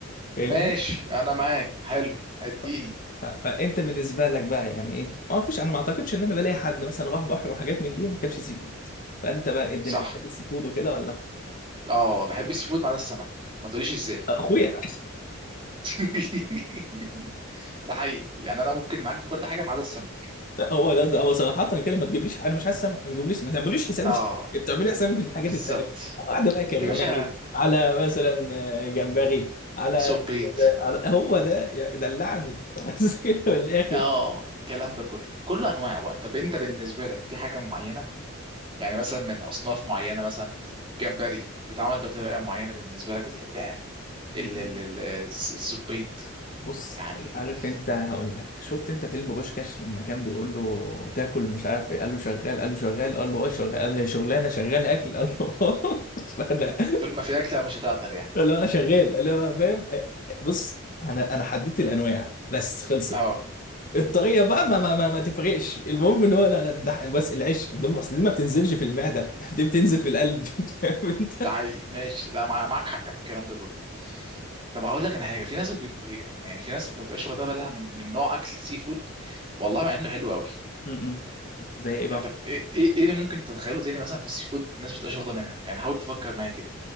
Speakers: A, on the left; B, on the right.
A: فاهمني
B: ماشي انا معاك حلو اديني
A: ف- فانت بالنسبه لك بقى يعني ايه ما فيش انا ما اعتقدش ان انا بلاقي حد مثلا راح بحر وحاجات من دي وما كانش سي فود فانت بقى ايه الدنيا
B: صح
A: بتحب السي فود وكده ولا
B: اه بحب السي فود ما عدا السمك ما تقوليش ازاي
A: اخويا
B: <laughs> ده حقيقي يعني انا ممكن معاك في كل حاجه ما عدا السمك
A: لا هو ده هو صراحة كده ما تجيبليش انا مش عايز سمك ما تجيبليش ما تعمليش حسابي
B: اه
A: في <laughs> السمك، تعملي حسابي في الحاجات
B: بالظبط
A: التانية واحدة بقى كريماري
B: قد يا باشا
A: على مثلا آه، جمبري على
B: صبيت
A: <laughs> على هو ده يا- دلعني <laughs> بس كده من الآخر
B: اه الكلام ده كله بكل انواع بقى طب انت بالنسبه لك في حاجه معينه يعني مثلا من اصناف معينه مثلا جمبري بيتعمل بطريقه معينه بالنسبه لك بتحبها
A: مم.
B: ال- ال- ال- الس- الصبيت
A: بص
B: يعني
A: عار- عارف انت هقول لك شفت انت فيلم بوشكاش لما كان بيقول له تاكل مش عارف ايه قال له شغال قال له شغال قال له اه شغال قال له هي شغلانه شغال اكل قال له <laughs> آه. فانا
B: طول ما في اكله مش هتعطل يعني
A: اللي هو شغال اللي هو فاهم بص انا انا حددت الانواع بس خلصت
B: اه
A: الطريقه بقى ما ما ما, ما تفرقش المهم ان هو لا لا، ده بس العيش الدم اصل دي ما بتنزلش في المعده <laughs> دي بتنزل في القلب <laughs> فاهم انت
B: ده حقيقي ماشي لا مع- معاك حق في الكلام ده كله طب هقول لك انا حاجه في ناس بي... بي- يعني في ناس ما بتبقاش واخده بالها من من نوع اكل سي فود والله مع انه حلو قوي
A: م- م. زي ايه
B: ط-
A: بقى
B: طب ايه ايه إيه اللي ممكن تتخيله تاني مثلا في السي فود الناس ما بتبقاش واخده منها يعني حاول تفكر معايا كده